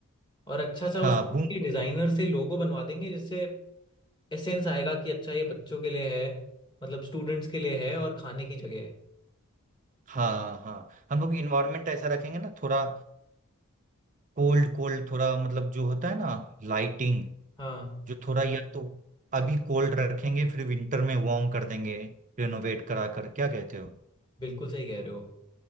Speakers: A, on the left (about 20°); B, on the right (about 35°).
A: और अच्छा सा
B: हाँ
A: उसको
B: बूम
A: डिजाइनर से लोगो बनवा देंगे जिससे एसेंस आएगा कि अच्छा ये बच्चों के लिए है मतलब स्टूडेंट्स के लिए है और खाने की जगह है
B: हाँ हाँ हम लोग इन्वायरमेंट ऐसा रखेंगे ना थोड़ा कोल्ड कोल्ड थोड़ा मतलब जो होता है ना लाइटिंग
A: हाँ
B: जो थोड़ा या तो अभी कोल्ड रखेंगे फिर विंटर में वार्म कर देंगे रिनोवेट करा कर क्या कहते हो
A: बिल्कुल सही कह रहे हो